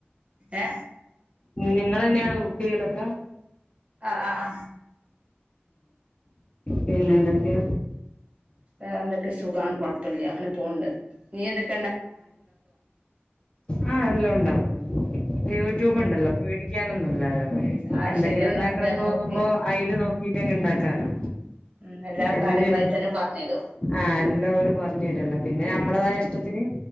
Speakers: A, on the right; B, on the left.
A: ഏ
B: നിങ്ങളെന്നെയാണോ കൂക്ക് ചെയ്യലൊക്കെ
A: ആ ആ ആ
B: പിന്നെന്തൊക്യാ
A: വേറെ എന്തൊക്കെ സുഖമാണ് കൊഴപ്പല്ല അങ്ങനെ പോകണ്ട് നീ എന്തൊക്ക
B: ആ എല്ലാം ഒണ്ടാക്കും യൂട്യൂബ് ഉണ്ടല്ലോ പേടിക്കാനൊന്നുല്ലല്ലോ
A: ആഹ്
B: എന്തെങ്കിലും
A: ശരി എന്നാ
B: ഉണ്ടാക്കണംന്ന്
A: എല്ലാം നോക്കി
B: തോന്നുമ്പോ അയില് നോക്കി എങ്ങനെ ഇണ്ടാക്കാനോ
A: ഉം എല്ലാ
B: എന്ത്
A: കാര്യങ്ങളായിട്ടെന്നെ പറഞ്ഞരും
B: ആ എല്ലാ ഓര് പറഞ്ഞ് തരല്ലോ പിന്നെ ഞമ്മളതായ ഇഷ്ടത്തിന്